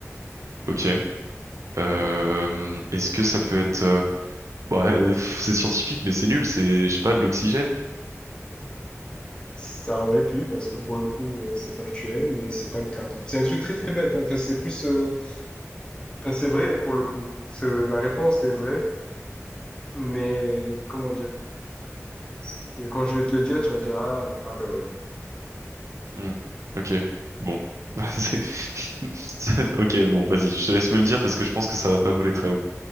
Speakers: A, on the right (about 70°); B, on the left (about 15°).
A: Ok. Euh, est-ce que ça peut être, euh, bah, euh, pff, c'est scientifique, mais c'est nul, c'est, je sais pas, de l'oxygène?
B: <laughs> Ça aurait pu, parce que pour le coup, euh, c'est factuel, mais c'est pas le cas. C'est un truc très très bête, hein. Enfin, c'est plus, euh, enfin, c'est vrai pour le coup. C'est- La réponse est vraie, mais comment dire? C'est- Quand je vais te le dire, tu vas dire, ah, ah ben ouais.
A: Hmm. Ok, bon. <laughs> C'est- <laughs> Ok, bon, vas-y, je te laisse me le dire parce que je pense que ça va pas voler très haut.